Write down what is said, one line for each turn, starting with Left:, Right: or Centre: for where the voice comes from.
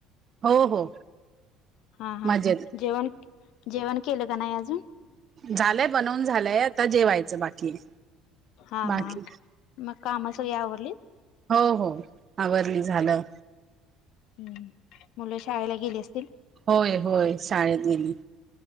Right: हो हो
Left: हां हां
Right: मजेत
Left: जेवणं जेवणं केलं कां नाहीं अजूंन
Right: झालंय बनवूंन झालंय आंता जेवायचं बाकी आहे
Left: हां
Right: बाकी
Left: हां मगं कामं सगळीं आवरंलीत
Right: हो हो आवरंली झालं
Left: हम्मं मुलं शाळेलां गेले असतील
Right: होयं होयं शाळेतं गेली